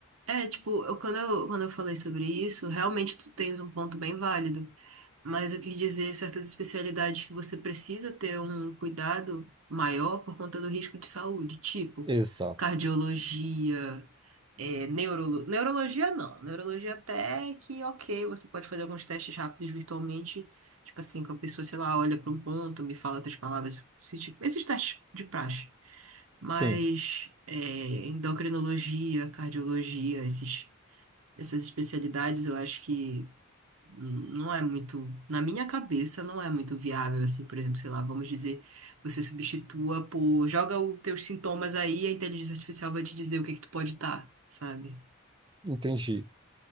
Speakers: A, on the right; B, on the right.
A: É, tipo, eu- quando eu, quando eu falei sobre isso, realmente tu tens um ponto bem válido. Mas eu quis dizer certas especialidades que você precisa ter um cuidado maior por conta do risco de saúde, tipo
B: Exato.
A: cardiologia. É, neuro... Neurologia não. Neurologia até que ok, você pode fazer alguns testes rápidos virtualmente. Tipo assim, que a pessoa, sei lá, olha para um ponto, me fala três palavras. esse tipo- esses testes de praxe. Mas
B: Sim,
A: é, endocrinologia, cardiologia, esses, essas especialidades, eu acho que n- não é muito, na minha cabeça, não é muito viável, assim, por exemplo, sei lá, vamos dizer, você substitua por, joga os teus sintomas aí, a inteligência artificial vai te dizer o que que tu pode estar, sabe?
B: entendi.